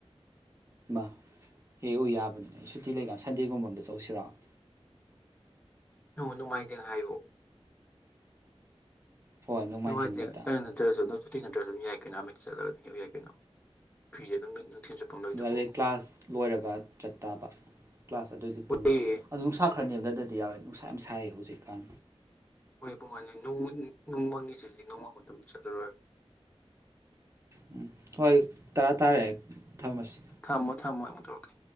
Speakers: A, on the right; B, on the left.
A: ꯏ ꯍꯦ ꯑꯣ ꯌꯥꯕꯅꯤ ꯑꯩ ꯁꯨꯇꯤ ꯂꯩꯀ ꯁꯟꯗꯦꯒꯨꯝꯕ ꯑꯝꯗ ꯆꯧꯁꯤꯔꯛꯑꯣ
B: ꯅꯪ ꯣꯡꯉꯥꯏꯖꯦ ꯍꯥꯏꯌꯨ
A: ꯍꯣꯏ ꯅꯣꯡꯃꯥꯏꯖꯤꯡ
B: ꯅꯨꯡꯋꯥ ꯀꯩꯅꯠꯇ
A: ꯅꯨꯃꯤꯠꯇ
B: ꯐꯤ ꯅꯠꯇ꯭ꯔꯁꯨ ꯑꯗꯨꯝ ꯌꯥꯏ ꯀꯩꯅꯣ ꯑꯃ ꯆꯠꯂꯒ ꯑꯗꯨꯝ ꯍꯎ ꯌꯥꯏ ꯀꯩꯅꯣ ꯐꯔꯤꯁꯦ ꯑꯗꯨꯝ ꯅꯨꯡꯊꯤꯟ ꯆꯨꯞꯄ ꯑꯃ ꯂꯩꯗꯨꯕꯨ
A: ꯑꯗꯨꯗꯩ ꯀ꯭ꯂꯥꯁ ꯂꯣꯏꯔꯒ ꯆꯠꯇꯥꯕ ꯀ꯭ꯂꯥꯁ ꯑꯗꯨꯑꯣꯏꯗꯤ
B: ꯍꯣꯏꯌꯦ
A: ꯄꯨꯡ ꯑꯗꯨ ꯁꯥꯈ꯭ꯔꯅꯦꯕ ꯑꯗꯨꯗꯗꯤ ꯑꯗꯨꯗꯤ ꯌꯥꯎꯋꯦ ꯅꯨꯡꯁꯥ ꯌꯥꯝ ꯁꯥꯏ ꯍꯧꯖꯤꯛꯀꯥꯟ
B: ꯍꯣꯏ ꯄꯨꯡ ꯃꯥꯥꯟꯅꯤ ꯅꯣꯡꯃꯪꯉꯤꯁꯤꯗꯤ ꯅꯣꯡꯃꯪ ꯃꯇꯝ ꯃꯇꯝ ꯆꯠꯂꯔꯣꯏ
A: ꯎꯝ ꯍꯣꯏ ꯇꯔꯥ ꯇꯥꯔꯦ ꯊꯝꯃꯁꯤ
B: ꯊꯝꯃꯣ ꯊꯝꯃꯣ ꯑꯃꯨꯛ ꯇꯧꯔꯛꯀꯦ